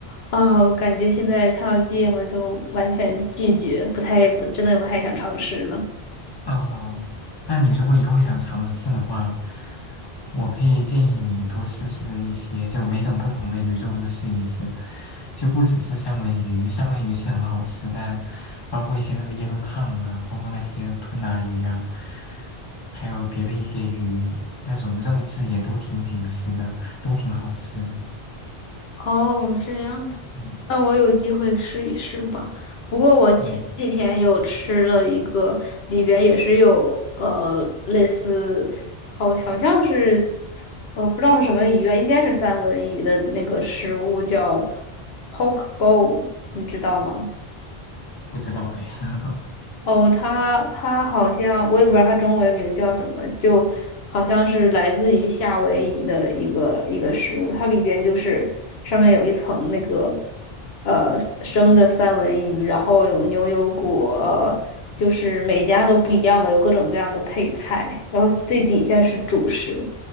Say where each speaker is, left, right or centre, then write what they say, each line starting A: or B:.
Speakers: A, on the left; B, on the left.
A: 啊、我感觉现在看到芥末都完全拒绝，不太不真的不太想尝试了。
B: 哦，那你如果以后想尝试的话，我可以建议你多试试一些，就每种不同的鱼肉都试一试，就不只是三文鱼，三文鱼是很好吃，但包括一些那个椰肉烫啊，包括那些吞拿鱼呀、还有别的一些鱼，那种肉质也都挺紧实的，都挺好吃的。
A: 哦，这样子，
B: 嗯
A: 那我有机会试一试吧。不过我前几天有吃了一个，
B: 嗯，
A: 里边也是有呃类似，好好像是，呃不知道是什么鱼啊，应该是三文鱼的那个食物叫 poke bowl，你知道吗？
B: 不知道哎。<laughs>
A: 哦，他他好像我也不知道他中文名叫什么，就好像是来自于夏威夷的一个一个食物，它里边就是上面有一层那个呃生的三文鱼，然后有牛油果，呃，就是每家都不一样吧，有各种各样的配菜，然后最底下是主食，